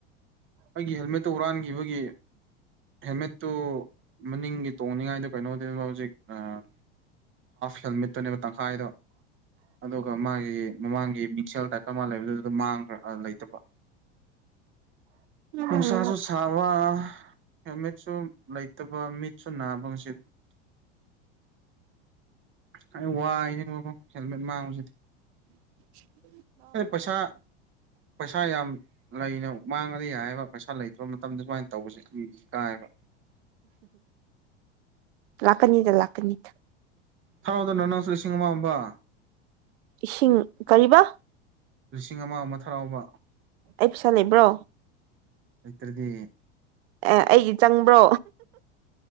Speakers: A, on the right; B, on the right.
A: ꯑꯩꯒꯤ ꯍꯦꯜꯃꯦꯠꯇꯨ ꯍꯨꯔꯥꯟꯈꯤꯕꯒꯤ ꯍꯦꯃꯦꯠꯇꯨ ꯃꯅꯤꯡꯒꯤ ꯇꯣꯡꯅꯤꯉꯥꯏꯗ ꯀꯩꯅꯣꯖꯤ ꯍꯥ ꯍꯦꯜꯃꯦꯠ ꯇꯪꯈꯥꯏꯗꯣ ꯑꯗꯨꯒ ꯃꯥꯒꯤ <unintelligible> ꯂꯩꯇꯕ
B: ꯎꯝ
A: ꯅꯨꯡꯁꯥꯁꯨ ꯁꯥꯕ ꯍꯦꯜꯃꯦꯠꯁꯨ ꯂꯩꯇꯕ ꯃꯤꯠꯁꯨ ꯅꯥꯕ ꯉꯁꯤ ꯑꯩ ꯋꯥꯏ ꯌꯦꯕꯕꯣ ꯍꯦꯜꯃꯦꯠ ꯃꯥꯡꯕꯁꯤꯗꯤ
B: ꯎ
A: ꯑ ꯄꯩꯁꯥ ꯄꯩꯁꯥ ꯌꯥꯝ ꯂꯩꯅ ꯃꯥꯡꯉꯗꯤ ꯌꯥꯏꯕ ꯄꯩꯁꯥ ꯏꯁꯥ ꯂꯩꯇ꯭ꯔꯕ ꯃꯇꯝꯗ ꯁꯨꯃꯥꯏꯅ ꯇꯧꯕꯁꯦ ꯀꯥꯏꯕ
B: ꯂꯀꯅꯤꯗ ꯂꯀꯅꯤꯗ
A: ꯊꯔꯣꯗꯅ ꯅꯪ ꯁ ꯂꯤꯁꯤꯡ ꯑꯃ ꯑꯃꯕ
B: ꯏꯁꯤꯡ ꯀꯔꯤꯕ
A: ꯂꯤꯁꯤꯡ ꯑꯃ ꯑꯃ ꯊꯔꯥꯎꯕ
B: ꯑꯩ ꯄꯩꯁꯥ ꯂꯩꯕ꯭ꯔꯣ
A: ꯏꯇ꯭ꯔꯗꯤ
B: ꯑꯦ ꯑꯩꯗꯤ ꯆꯪꯕ꯭ꯔꯣ